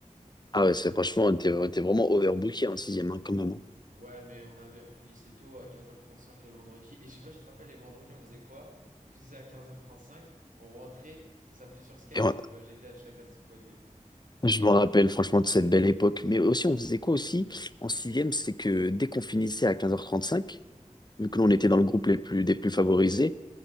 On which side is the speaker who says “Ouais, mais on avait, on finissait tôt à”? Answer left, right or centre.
Right